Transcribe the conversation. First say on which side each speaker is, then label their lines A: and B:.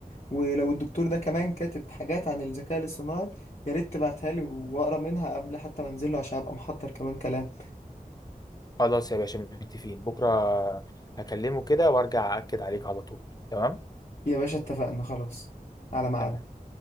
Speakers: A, on the left; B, on the left.
A: ولو الدكتور ده كمان كاتب حاجات عن الذكاء الاصطناعي يا ريت تبعتها لي واقرا منها قبل حتى ما انزله عشان ابقى محضر كمان كلام
B: خلاص يا باشا متفقين بكره هكلمه كده وارجع اكد عليك على طول تمام
A: يا باشا اتفقنا خلاص على ميعاد
B: تمام